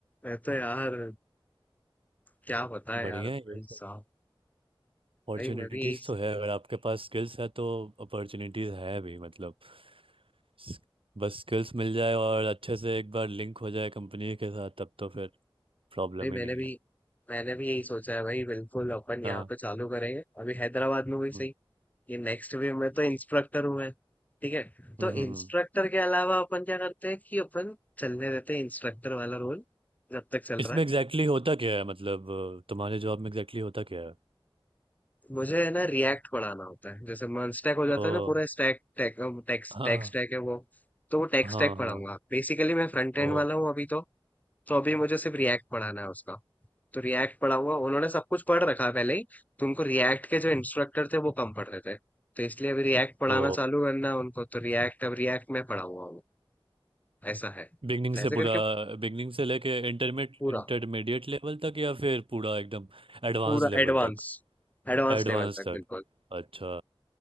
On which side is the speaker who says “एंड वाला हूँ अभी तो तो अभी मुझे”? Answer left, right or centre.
Left